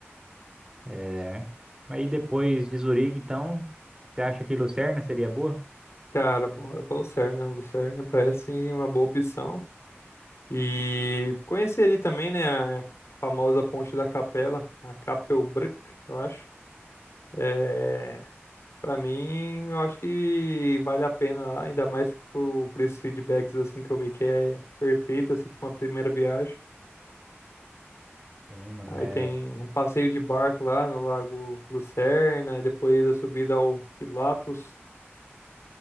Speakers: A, on the right; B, on the left.
A: É, aí depois de Zurique, então, você acha que Lucerna seria boa?
B: Cara, bora pra Lucerna. Lucerna parece uma boa opção. E conhecer ali também, né, a famosa Ponte da Capela, a Capelbranca, eu acho. É, para mim, eu acho que vale a pena lá, ainda mais por, por esses feedbacks assim que eu vi que é perfeito assim para uma primeira viagem.
A: Sim, mano,
B: Aí
A: é,
B: tem um passeio de barco lá no Lago Lucerna e depois a subida ao Pilatos.